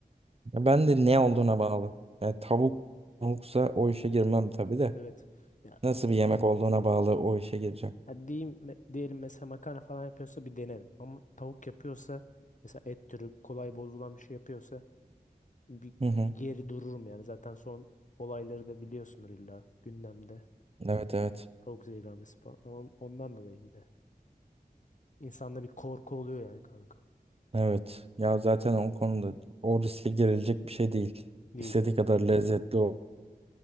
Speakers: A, on the right (about 40°); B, on the left (about 50°).
A: Ben de ne olduğuna bağlı. Yani tavuk tavuksa o işe girmem tabii de.
B: Evet. ya.
A: Nasıl bir yemek olduğuna bağlı o işe gireceğim.
B: Ha, diyeyim, me- diyelim mesela makarna falan yapıyorsa bir denerim. Ama tavuk yapıyorsa mesela et türü kolay bozulan bir şey yapıyorsa bir
A: Hı hı.
B: geri dururum yani. Zaten son olayları da biliyorsunuz illa gündemde.
A: Evet evet.
B: Tavuk zehirlenmesi falan. Ama ondan dolayı bir de. İnsanda bir korku oluyor yani kanka.
A: Evet. Ya zaten o konuda o riske girilecek bir şey değil.
B: Değil
A: İstediği
B: değil yani.
A: kadar lezzetli olsun.